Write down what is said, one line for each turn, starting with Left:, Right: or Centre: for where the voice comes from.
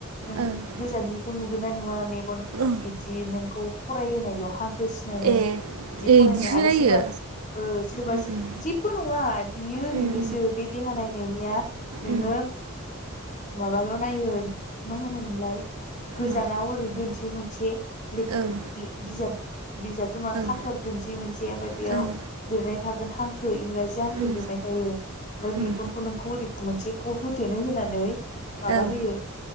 Left: नों ओम
Right: ओ
Left: गोजाननि। बेखौ नुगोन ना नुवा मेगन
Right: ओ
Left: इदि नोंखौ फरायहोनायल' हांखोसि सिनायनाय
Right: ए
Left: बिदि
Right: ए
Left: फरायनाय
Right: इदिसो
Left: आरो
Right: नायो
Left: सोरबा ओ सोरबा
Right: उम
Left: सो जेबबो नङा बियो ओरैनोसो
Right: उम उम
Left: बे देहा नायनायनिया नोङो
Right: उम
Left: माबाल' नायो मा होनोमोनलाय गोजानाव
Right: मा
Left: ओरै दोनसै मोनसे लेखा
Right: ओं
Left: बिजाब बिजाबथ' नङा
Right: ओं
Left: खाखोर दोनसै मोनसे ओमफ्राय बेयाव
Right: ओं
Left: लिरनाय थागोन हांखो इंराजि हांखो
Right: उम
Left: लिरनाय थायो। ओमफाय मेगनखौ
Right: उम
Left: नोंखौ ओरै मोनसेखौ होथेनो होनानै माबा
Right: औ
Left: होयो।